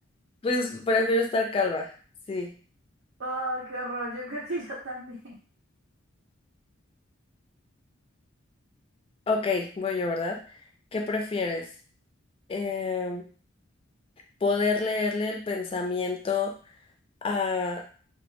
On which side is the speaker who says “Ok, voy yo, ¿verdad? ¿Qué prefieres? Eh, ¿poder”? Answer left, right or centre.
Left